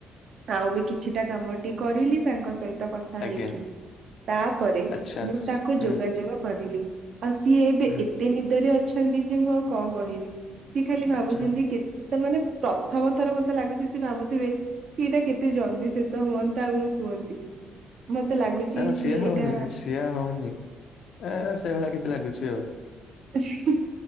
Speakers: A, on the right; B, on the left.
A: ଆଉ ବି କିଛିଟା କାମଟି କରିଲି ତାଙ୍କ ସହି ତ କଥା
B: ଆଜ୍ଞା
A: ହେଇକି ତାପରେ
B: ଆଚ୍ଛା
A: ମୁଁ ତାକୁ
B: ହୁଁ
A: ଯୋଗାଯୋଗ କରିଲି। ଆଉ ସିଏ ଏବେ
B: ହୁଁ
A: ଏତେ ନିଦରେ ଅଛନ୍ତି ଯେ ମୁଁ ଆଉ କଣ କହିବି। କି ଖାଲି
B: ଆଚ୍ଛା
A: ଭାବୁଛନ୍ତି କେ ତାମାନେ ପ୍ରଥମ ଥର ମତେ ଲାଗୁଛି ସେ ଭାବୁଥିବେ କି ଏଇଟା କେତେ ଜଲ୍ଦି ଶେଷ ହୁଅ ନ୍ତା ମୁ ଶୁଅନ୍ତି। ମତେ ଲାଗୁଛି
B: ନା ନା ସିଏ ହଉନି
A: ଏଇଟା
B: ସିଆ ହଉନି। ଏ ସେଇଭଳିଆ କିଛି ଲାଗୁଛି ଆଉ।
A: ହିଁ